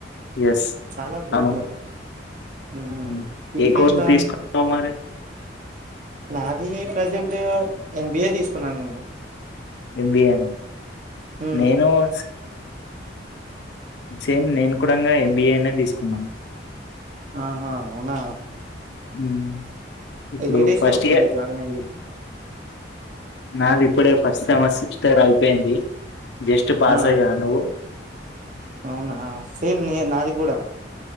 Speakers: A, on the left; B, on the right.
A: ఎస్
B: చాలా గుడ్
A: అవును
B: హ్మ్
A: ఉమ్.
B: ఫేస్
A: ఏ కోర్సు
B: ఎంతా
A: తీసుకున్నావు మరి
B: నాది ప్రజెంట్ ఎంబిఏ తీసుకున్నా నన్ను
A: ఎంబిఏ
B: హ్మ్
A: నేను ఆ సేమ్ నేను కూడా ఎంబిఏ అనే తీసుకున్నాను
B: ఆహా అవునా
A: మ్మ్ ఇప్పుడు
B: ఎన్ని డేస్
A: ఫస్ట్
B: అవుతుంది
A: ఇయర్
B: జాయిన్ అయ్యి?
A: నాది ఇప్పుడే ఫస్ట్ సెమస్టర్ సిస్టర్ అయిపోయింది జస్ట్ పాస్
B: ఆ
A: అయ్యా నువ్వు
B: అవునా సేమ్ నీ నాది కూడా